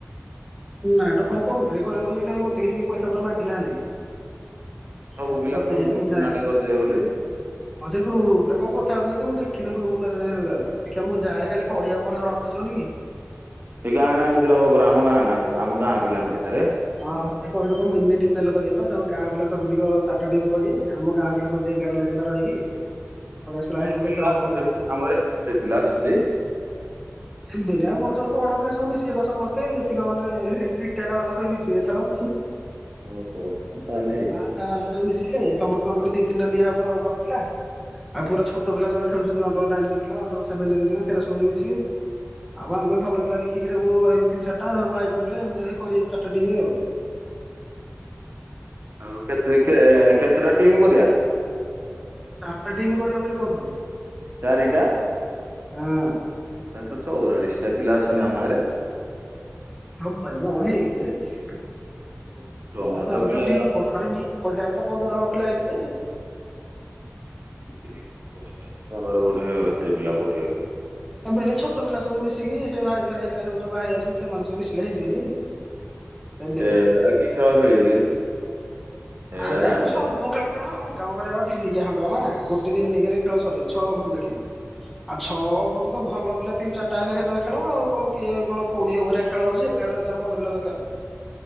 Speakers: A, in the centre; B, on the right.
A: ଟୁର୍ନାମେଣ୍ଟ କଣ କହୁଥିଲେ କରିବେ ବୋଲି କାଇଁ ମତେ କିଛି କେହି ପଇସା ପତ୍ର ମାଗିନାହାନ୍ତି? ଦେଖିବା
B: ସବୁ ପିଲା
A: ପଚାରିବା
B: କହୁନଥିଲେ
A: ମୁଁ
B: ଟୁର୍ଣ୍ଣାମେଣ୍ଟ
A: ଯାଏ,
B: କରିଦିଅ ବୋଲି
A: ହଁ ସେଇ ଗ୍ରୁପରେ କଣ କ କଥା ହଉଥିଲେ ଯେ ମୁଁ ଦେଖିନି ଗ୍ରୁପ୍ ମେସେଜେ ଫେସେଜେ ଆଉ, ଦେଖିଆ ମୁଁ କାଲି ଯାଏ ପଡିଆକୁ ଗଲେ ଜଣା ପଡ଼ିଯିବନି କି?
B: ଏଇ ଗାଁ ଗାଁ ଭିତରେ ହବ ପରା ଆମ ଗାଁ ଗାଁ ଭିତ ଆମ ଗାଁ ପିଲାଙ୍କ ଭିତରେ।
A: ହଁ ସେ କହୁଥିଲେ କଣ ମିନି ଡିପିଏଲ୍ କରିବେ ପା ସବୁ ଗାଁ ପିଲା ସବୁତିକ ଚାରିଟା ଟିମ୍ କରିବେ, ଆମ ଗାଁ ପିଲା ସବୁତିରେ ଏଗାରଟା ଲେଖା ପିଲା ରହିକି ପଚାଶ ହେଇକି
B: ମୁଁ
A: ଗୋଟେ
B: ପିଲା
A: ଖେଳ
B: ଅଛନ୍ତି,
A: ହବ ଗାଁ ପିଲା
B: ଆମର ଏତ୍ ଏତେ ପିଲା ଅଛନ୍ତି।
A: ହେବେନି ଆଉ କଣ ସବୁ ବଡ଼ ପିଲା ସବୁ ମିଶିବେ ପା ସମସ୍ତେ ଯେତିକି ମାନେ ରି ରିଟାଡ଼ ବାଲା ସବୁ ମିଶିବେ ଏଥର।
B: <inaudible> ତାହେଲେ ହେଇଯିବ
A: ବାହା ସାହା ବାଲା ସବୁ ମିଶିଲେ ସମସ୍ତଙ୍କ ପଟି ଦି ତିନିଟା ଦିଆହବ ବଡ ପିଲା। ଆଉ ପୁରା ଛୋଟ ପିଲା ଯୋଉରା ଖେଳୁଛନ୍ତି ଅଣ୍ଡର ନାଇଣ୍ଟିନ୍ ପିଲା ଅଣ୍ଡର ସେଭେଣ୍ଟିନ୍ ପିଲା ସେରା ସବୁ ମିଶିବେ। ଆଉ ଆମେ ଭଲ ପିଲା ଦେଖିକି ସବୁ ରହିବୁ ତିନି ଚାରଟା ସବୁ ୱାଇଗନ୍ ପିଲା ଏମିତି ରହି କରିବେ ଚାରିଟା ଟିମ୍ ଆଉ।
B: ଆଉ କେତ୍ରି କେ କେତେଟା ଟିମ୍ କରିବା?
A: ଚାରଟା ଟିମ୍ କରିବେ ବୋଲି କହୁଥିଲେ।
B: ଚାରିଟା,
A: ହଁ
B: ତାହେଲେ ତ ଚଉରାଳିଶଟା ପିଲା ଅଛନ୍ତି ଆମ ଗାଁରେ?
A: ହବନି, ହଁ ହେଇଯିବରେ, ଆଉ
B: ଛୋଟମୋଟ
A: ତାଙ୍କର
B: ପିଲା
A: ତ ଢ଼ିପ ଖାଲି ଢ଼ି ପଇସାରେ ତ ପନ୍ଦର ହଳ ପିଲା ହେଇଯିବେ।
B: <unintelligible> କୋଉଠି ଆଉ ଏତେ ପିଲା କୋଉଠି ହେବେ?
A: <unintelligible> ଛୋଟ ପିଲା ସବୁ ମିଶିକି ସେ ଭାଇ ଭାଇ ହେରିକା ସବୁ ଯୋଉ ବାହା ହେଇଯାଇଛନ୍ତି ସେମାନେ ସବୁ ମିଶିଲେ ହେଇଯିବେନି? ହେବେ
B: ଏରା
A: ମ
B: କିି ଖେଳ ଖେଳିବେ କିରେ। ଏରା
A: ଆରେ
B: ଜାଣିପାରେ
A: ଆକୁ ସବ୍ <unintelligible> ହଙ୍ଗାମା କରିବା ପା ଦିନିକିଆ ହାଙ୍ଗାମା, ଗୋଟେ ଦିନିକିରେ ଖେଳ ସରିବ ଛଅ ଓଭର ଲାଖେ। ଆ ଛଅ ଓଭରକୁ ତ ଭଲ ପିଲା ତିନି ଚାରିଟା ହେଲେ ହେଲା ଖେଳ ଆଉ କଣ କିଏ କଣ କୋଡିଏ ଓଭରିଆ ଖେଳ ହଉଚି ଏଗାରରୁ ଏଗାର ଭଲ ପିଲା ଦରକାରେ।